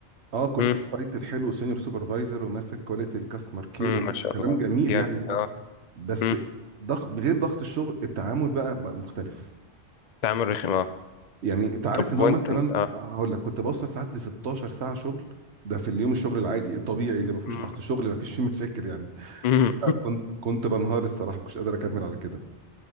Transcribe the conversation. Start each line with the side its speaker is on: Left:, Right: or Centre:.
Right: اه كنت
Left: مم.
Right: تايتل حلو سينيور سوبرفايزر وماسك كواليتي الكاستمر كير
Left: مم.
Right: وكلام
Left: ما شاء الله
Right: جميل
Left: جامد
Right: يعني والله
Left: اه
Right: بس
Left: مم.
Right: ضغط غير ضغط الشغل التعامل بقى بقى مختلف
Left: تعامل رخم اه
Right: يعني انت عارف
Left: طب
Right: ان
Left: وانت
Right: هو مثلا
Left: انت اه
Right: هقول لك كنت بوصل ساعات ل 16 ساعه شغل ده في اليوم الشغل العادي الطبيعي اللي ما فيهوش
Left: مم.
Right: ضغط شغل ما فيش فيه مشاكل يعني
Left: مم.
Right: آه، كنت كنت بنهار الصراحه ما كنتش قادر اكمل على كده